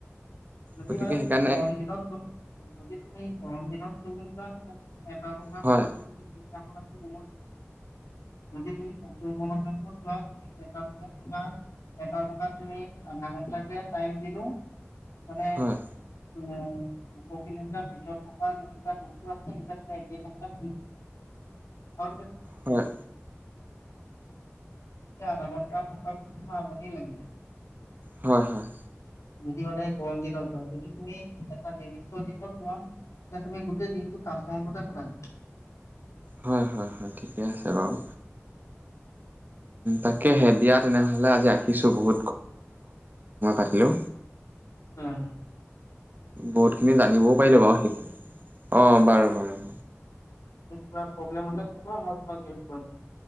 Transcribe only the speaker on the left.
ন
মানে
তুমি কন দনা ন তুমি গৰম দিনত ব
শুনাটোত যদি তুমি উত্তৰব যোৱা তুমি এটা জেগাত কা এটা জেগাত তুমি আধা ঘণ্টাকে টাইম দিলো। মানে
দুশৰ কিলোমিটাৰ ভিতৰত থকা যেনেিবা বস্তু আছে সেই একি আৰু অ
আধাৰ থকা তমাম আমনি লাগিব।
যদি মানে গৰম দিনত যোৱা গক তুমি এটা নিৰ্দিষ্ট দিনত যমোৱা তুমি গোটেই দিনটোফতে প
আহ!
প্ৰব্লেম মোক কোৱা মই হহেলপ কৰিম।